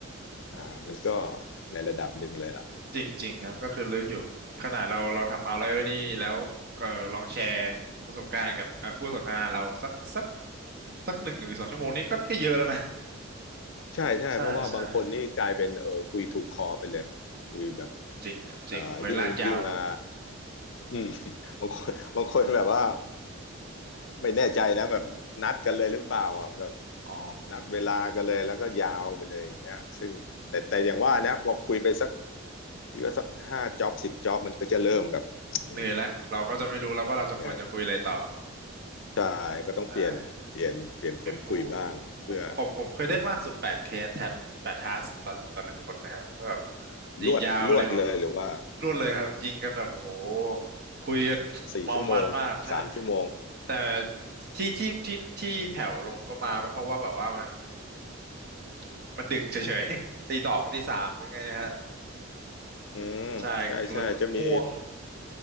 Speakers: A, on the left (about 60°); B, on the right (about 50°).
A: อ่ามันก็ในระดับหนึ่งเลยล่ะ
B: จริงจริงครับก็คือลึกอยู่ขนาดเราเราทำเอาไลเออร์นี่แล้วเออลองแชร์ประสบการณ์กับเอ่อคู่สนทนาเราสักสักสักหนึ่งหรือสองชั่วโมงนี้ก็ก็เยอะแล้วนะ
A: ใช่ใช่เพราะว่าบางคนนี่กลายเป็นเออคุยถูกคอไปเลยคุยแบบ
B: ใช่ใช่จริงครับจริงผมเคยลากยาว
A: เอ่อยิ่งยิ่งมาอืม <laughs> บางคนบางคนแบบว่าไม่แน่ใจนะแบบนัดกันเลยหรือเปล่าอ่ะแบบ
B: อ๋อ
A: นัดเวลากันเลยแล้วก็ยาวไปเลยอย่างเงี้ยซึ่งแต่แต่อย่างว่านะพอคุยไปสักพี่ว่าสักห้าจ็อบสิบจ็อบมันก็จะเริ่มแบบอืม
B: เหนื่อยแล้วเราก็จะไม่รู้แล้วว่าเราจะควรจะคุยอะไรต่อ
A: ใช่ใช่ก็ต้องเปลี่ยนเปลี่ยนเปลี่ยนคนคุยบ้างเพื่อ
B: ได้ผมเป็นคู่ผมผมผมเคยได้มากสุดแปดเทสแทบแปดทัสตอนตอนหนึ่งคนนะฮะแบบยิงยาวเลยครับ
A: ลวดลวดเลยหรือว่า
B: รวดเลยครับยิงกันแบบโอ้โหคุยกันเมามันมากใช่
A: สี่ชั่วโมงสามชั่วโมง
B: แต่ที่ที่ที่ที่แผ่วลงก็มาก็เพราะว่าแบบว่ามัน <coughs> มันดึกเฉยๆ <laughs> ตีสองตีสามยังไงนะฮะ
A: อืมใช่ใช่จะมี
B: ใช่เรื่องมันง่วง